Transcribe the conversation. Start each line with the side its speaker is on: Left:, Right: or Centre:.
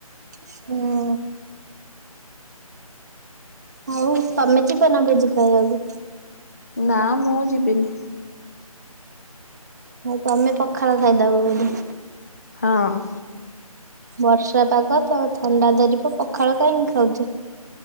Right: ହୁଁ। ଆଉ ତମେ ଯିବନା ଭୋଜି ଖାଇବାକୁ?
Left: ନା ମୁଁ ଯିବିନି।
Right: ହୁଁ ତମେ ପଖାଳ ଖାଇଦବ ବୋଧେ?
Left: ହଁ।
Right: ବର୍ଷା ପାଗତ ଥଣ୍ଡା ଧରିବ ପଖାଳ କାହିଁକି ଖାଉଚ?